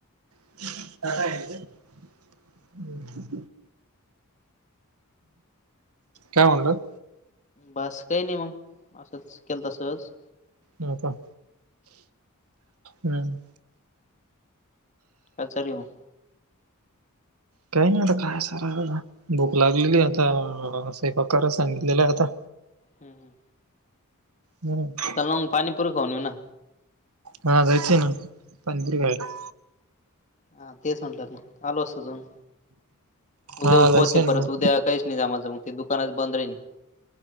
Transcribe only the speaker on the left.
बस काई नी मंग, असंच केलंता सहज.
काय चालुय मंग?
हं हं.
चला मंग पाणीपुरी खाऊन येऊ ना.
हा तेच म्हटलंत ना, आलो असतो जाऊन. उद्या
उपवासे
परत,
उद्या काईच नी जमायचं, मंग ते दुकानच बंद राईन.